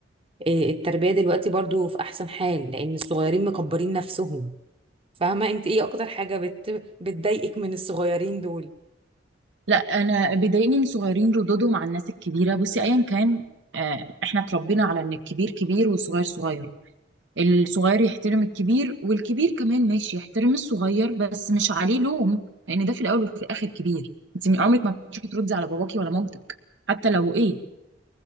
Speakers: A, on the right; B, on the right.
A: التربية دلوقتي برضو في أحسن حال لأن الصغيرين مكبرين نفسهم فاهمة انت ايه اكتر حاجة بت... بتضايقك من الصغيرين دول
B: لا أنا بيضايقني إن صغيرين ردودهم على الناس الكبيرة بصي أيا كان آه، إحنا اتربينا على إن الكبير كبير والصغير صغير الصغير يحترم الكبير والكبير كمان ماشي يحترم الصغير بس مش عليه لوم لأن ده في الأول وفي الآخر كبير أنت من عمرك ما تروحي تردي على باباكي ولا مامتك حتى لو ايه